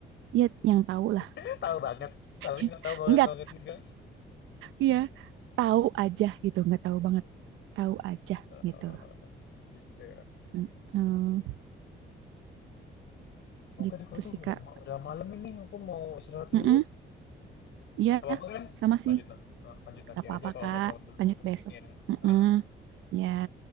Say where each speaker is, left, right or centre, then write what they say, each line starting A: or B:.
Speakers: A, on the right (about 85°); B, on the left (about 70°).
A: Ya, yang tahu lah.
B: <laughs> Tahu banget. Tapi
A: <laughs>
B: nggak tahu banget
A: Enggak,
B: banget juga.
A: iya. Tahu aja gitu, nggak tahu banget. Tahu aja
B: Eh,
A: gitu.
B: gitu.
A: Mm-mm.
B: Oke
A: Gitu
B: deh kalau itu
A: sih, Kak.
B: udah ma- udah malam ini aku mau istirahat
A: Mm-mm.
B: dulu.
A: Iya,
B: Gak apa-apa kan?
A: sama sih.
B: Lanjut na- eh, lanjut nanti
A: Gak apa-apa,
B: aja kalau
A: Kak.
B: ngobrol-ngobrol
A: Lanjut
B: tentang musiknya.
A: besok. Mm-mm.
B: Nah,
A: Ya,